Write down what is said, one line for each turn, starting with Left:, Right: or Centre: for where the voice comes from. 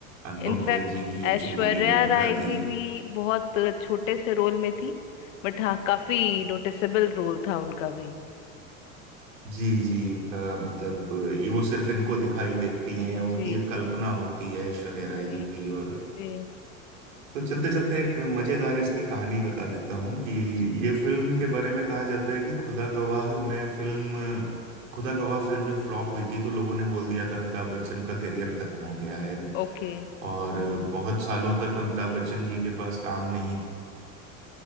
Right: अनुपम
Left: इनफैक्ट
Right: खेर जी की एक
Left: ऐश्वर्या
Right: चुलबुली भूमिका
Left: राय
Right: थी
Left: जी भी बहुत छोटे से रोल में थी बट हाँ काफी नोटिसेबल रोल था उनका भी
Right: जी जी उनका मतलब ये वो सिर्फ इनको दिखाई देती हैं या उनकी
Left: जी
Right: एक कल्पना होती है ऐश्वर्या राय
Left: जी
Right: जी की और
Left: जी
Right: तो चलते चलते एक मजेदार इसकी कहानी बता देता हूँ कि
Left: जी
Right: ये फिल्म के बारे में कहा जाता है कि खुदा गवाह में फिल्म खुदा गवाह फिल्म जब फ्लॉप हुई थी तो लोगों ने बोल दिया था अमिताभ बच्चन का करियर खत्म हो गया है
Left: ओके
Right: और बहुत सालों तक अमिताभ बच्चन जी के पास काम नहीं